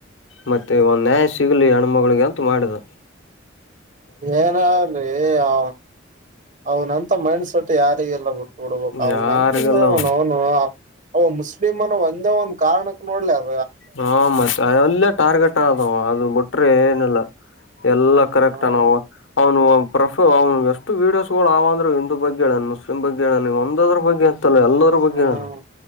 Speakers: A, on the left (about 75°); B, on the right (about 40°).
A: ಮತ್ತೆ ಒಂದ್ ನ್ಯಾಯ ಸಿಗಲಿ ಹೆಣ್ಮಗಳಿಗೆ ಅಂತೂ ಮಾಡುದು.
B: ಏನಾಗಲಿ ಆ ಅವ್ನಂತ ಮೈಂಡ್ ಸೊಟ್ ಯಾರಿಿಗೆಲ್ಲ ಬಿಟ್ಟ ಹಡು ಅವನನುನು
A: ಯಾರಿಗಲ್ಲ
B: ಅವ ಮುಸ್ಲಿಮ್ ಅನ್ನ ಒಂದೇ ಒಂದ್ ಕಾರಣಕ್ ನೋಡ್ಲಿ ಅಚ <unintelligible>
A: ಹಾ -ಮತ್ತ ಅಲ್ಲೇ ಟಾರ್ಗೆಟ್ ಆದವ ಅದು ಬಿಟ್ರೆ ಏನಲ್ಲ. ಎಲ್ಲಾ ಕರೆಕ್ಟ
B: ಹ್ಮ್
A: ನವು. ಅವ್ನು ಪ್ರಫ ಅವಗೆ ಎಷ್ಟು ವೀಡಿಯೋಸ್ಗಳು ಅವಂದ್ರ ಹಿಂದೂ ಬಗ್ಗೆ ಹೇಳನು ಮುಸ್ಲಿಮ್ ಬಗ್ಗೆ ಹೇಳ ಒಂದದ್ರ ಬಗ್ಗೆ. ಅಂತಲ್ಲ ಎಲ್ಲರ ಬಗ್ಗೆ
B: ಹ್ಮ
A: ಹೇಳಾನ